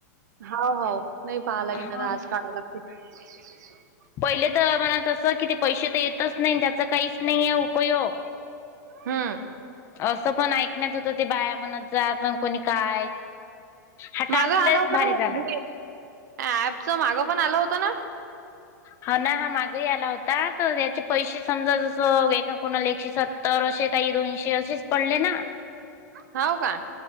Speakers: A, on the right (about 70°); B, on the left (about 25°).
A: होा हो नाही पहाला गेणार
B: हा.
A: आज काळालाग <unintelligible>
B: पहिले तर मनात असं कि, ते पैसे तर येतच नाही, त्येचा काहीच नाही आहे उपयोग.
A: हं.
B: असं पण ऐकण्यात होत ते, बाया म्हणत जात पण कोणी काय? हा टार्च
A: माग आलं
B: लयच
A: होत
B: भारी झाला.
A: ना ऍपच मागं पण आलं होतं ना
B: हा ना हा मागही आला होता तर याचे पैसे समजा जस एका कोणाला एकशे स तर असे काही दोनशे असेच पडले ना
A: हो का